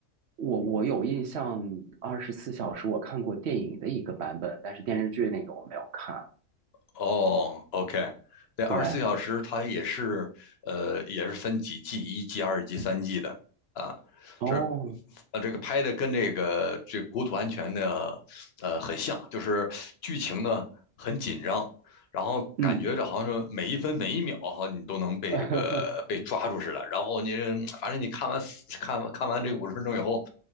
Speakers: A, on the right (about 65°); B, on the left (about 55°).
A: 我我有印象，《二十四小时》我看过电影的一个版本，但是电视剧那个我没有看。
B: 哦，OK。那《二十四小时它也是，
A: 对，
B: 呃，也是分几季，一季、二季、三季的啊。
A: 哦，
B: 是呃，这个拍的跟这个这国土安全的呃很像，就是剧情呢很紧张，然后感觉这好像是每一分每一秒哈，
A: 嗯，
B: 你都能被这个被抓住似的。
A: <laughs>
B: 然后你反正你看完看完看完这个五十分钟以后，